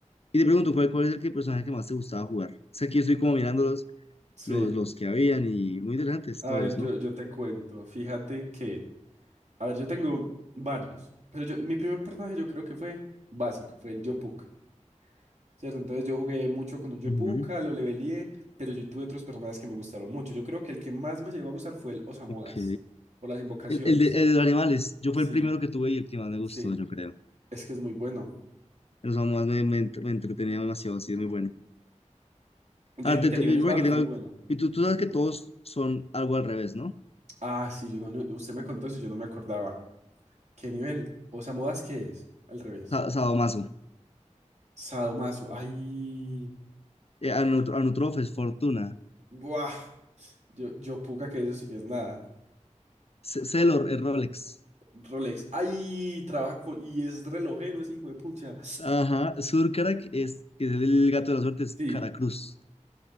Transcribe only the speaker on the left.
Y te pregunto, ¿cuál, cuál es el que- personaje que más te gustaba jugar? Sé que yo estoy como mirando los,
los, los que habían y muy interesantes
todos,
¿no?
Ujú,
ok.
El, el de, el de los animales, yo
fue el primero que tuve y el que más me gustó,
yo creo.
Los más me, me, ent- me entretenía demasiado, así es muy bueno.
Ah,
te-
te-
yo
creo que tengo...
Y tú,
tú sabes que todos son algo al revés, ¿no?
Sa- Sadomaso.
Eh, Anut- Anutrofes, Fortuna.
Ce- Celor, el Rolex.
Ajá. Surkarak es, que es el gato de la suerte, es
Caracruz.